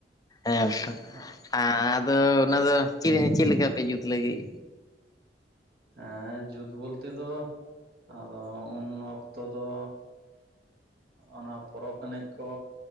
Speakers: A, on the left (about 20°); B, on the right (about 60°).
A: ᱦᱮᱸ ᱛᱚ᱾
B: <inaudible>
A: ᱟᱫᱚ ᱚᱱᱟ ᱫᱚ ᱠᱤᱡᱟᱱᱤ ᱪᱮᱫ ᱞᱮᱠᱟ ᱯᱮ ᱡᱩᱛ ᱞᱟᱹᱜᱤᱫ?
B: ᱮᱸ ᱡᱩᱛ ᱵᱚᱞᱛᱮ ᱫᱚ ᱟᱫᱚ ᱩᱱ ᱚᱠᱛᱚ ᱫᱚ ᱚᱱᱟ ᱯᱚᱨᱚᱵᱽ ᱮᱱᱮᱡ ᱠᱚ